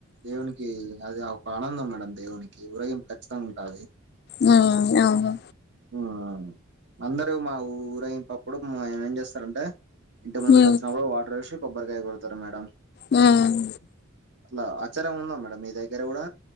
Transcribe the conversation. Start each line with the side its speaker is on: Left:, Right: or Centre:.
Right: దేవునికి అద ఒక ఆనందం మేడం దేవునికి. ఊరేగింప్ ఖచ్చితంగా ఉంటది.
Left: మ్మ్ అవును
Right: ఉహ్ ఆ అందరూ మా ఊరేయింపప్పుడు. మ్ ఏం చేస్తారంటే ఇంటి ముందుకు
Left: ఉమ్,
Right: వచ్చినప్పుడు వాటర్ వేష్ కొబ్బరికాయ్ కొడతారు మేడం
Left: ఉమ్
Right: ఆ ఆచారం ఉందా మేడం. మీ దగ్గర గూడా